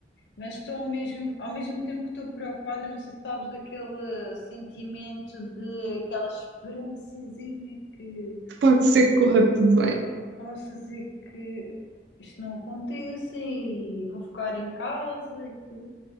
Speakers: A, on the left; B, on the right.
A: mas estou ao mesmo, ao mesmo tempo que estou preocupada, não sei se sabes daquele sentimento de aquela esperançazinha que
B: pode ser que corra tudo bem.
A: possa ser que isto não aconteça e vou ficar em casa e tudo.